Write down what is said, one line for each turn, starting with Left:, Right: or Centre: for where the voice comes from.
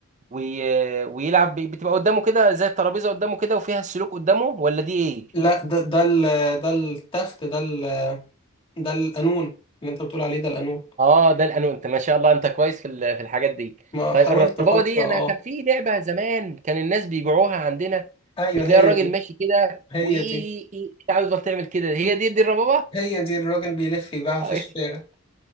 Right: وي- ويلعب ب- بتبقى قدامه كده زي الترابيزه قدامه كده وفيها السلوك قدامه ولا دي ايه
Left: لا ده ده ال ده التخت ده ال ده القانون اللي انت بتقول عليه ده القانون
Right: اه ده الانو انت ما شاء الله انت كويس في ال- في الحاجات دي
Left: ما
Right: طيب
Left: حاولت
Right: الربابه
Left: فترة
Right: دي
Left: اه
Right: انا كان في لعبه زمان كان الناس بيبيعوها عندنا
Left: ايوه
Right: بتلاقي
Left: هي
Right: الراجل
Left: دي
Right: ماشي كده
Left: هي
Right: وايه
Left: دي
Right: إيه، انت عاوز بس تعمل كده هي دي دي الربابه
Left: هي دي الراجل بيلف يبيعها
Right: طيب،
Left: في الشارع